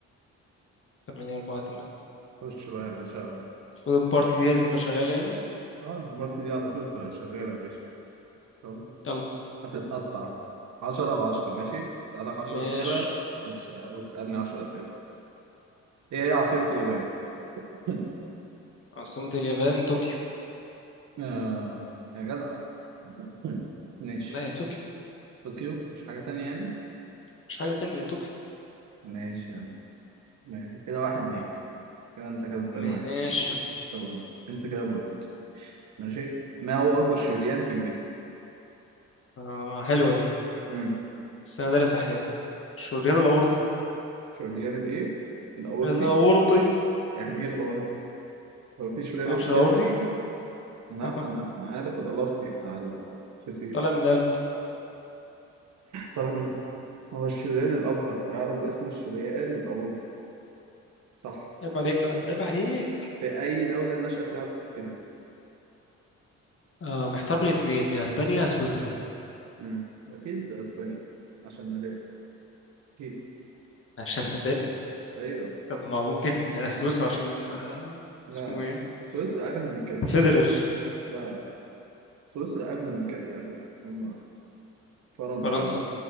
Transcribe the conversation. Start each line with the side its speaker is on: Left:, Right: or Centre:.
Left: تمانية أربعة تمانية
Right: خش بقى يا باشا
Left: المفروض البارتي دي هي اللي تبقى شغالة يعني
Right: اه البارتي دي على طول شغالة يا باشا طب
Left: يلا
Right: هتتقطع عشرة وعشرة ماشي أسألك عشرة
Left: ماشي
Right: أسئلة وتش... وتسألني عشرة أسئلة إيه هي عاصمة اليابان؟ <laughs>
Left: عاصمة اليابان طوكيو
Right: آه يا جدع <laughs> ماشي
Left: لا يا طوكيو
Right: طوكيو مش حاجة تانية يعني؟
Left: مش حاجة تانية يا طوكيو
Right: ماشي يعني ماشي كده واحد ليك كده انت كسبان
Left: ماشي
Right: واحد <laughs> طب انت انت كده بوينت ماشي ما هو اكبر شريان في الجسم
Left: آه حلوة دي
Right: امم
Left: بس أنا دارس أحياء الشريان الأورطي
Right: شريان الايه الاورطي
Left: الأورطي
Right: يعني ايه الاورطي هو في شريان
Left: معرفش
Right: اسمه
Left: الأورطي
Right: كده لا
Left: <laughs>
Right: انا انا عارف الالفتي بتاع الفسيخ
Left: طالع من القلب
Right: طرح من هو الشريان الابهر يعرف باسم الشريان الاورطي صح
Left: عيب عليك بقى عيب عليك
Right: في اي دوله نشأت لعبه التنس
Left: آه محتار بين اتنين يا أسبانيا يا سويسرا
Right: امم اكيد اسبانيا عشان نادال اكيد
Left: <laughs> عشان نتقل
Right: ايوه
Left: طب ما ممكن سويسرا عشان آه
Right: لا
Left: اسمه
Right: لا
Left: إيه
Right: سويسرا اغنى من كده
Left: فيدرر
Right: لا سويسرا أغنى من كده أغنى هم فرنسا
Left: فرنسا